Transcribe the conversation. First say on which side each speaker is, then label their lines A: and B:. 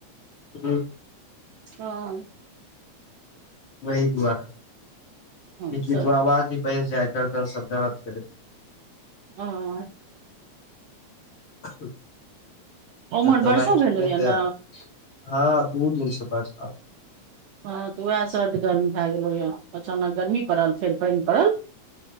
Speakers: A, on the left; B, on the right.
A: हूँ,
B: हाँ
A: ताही दुआरे
B: हँ
A: बीच बीच
B: सर्द
A: आवाज भी बस जाय है गर्दन सब दरर्द करे
B: हाँ
A: तब
B: उम्हर
A: दवाई
B: बरसो
A: खेलियै
B: भेलौ या
A: तऽ
B: ने
A: हाँ दू दिन से बड
B: हँ तऽ उएह सर्द गर्म भए गेलो यौ अचानक गर्मी पड़ल फेर पइन पड़ल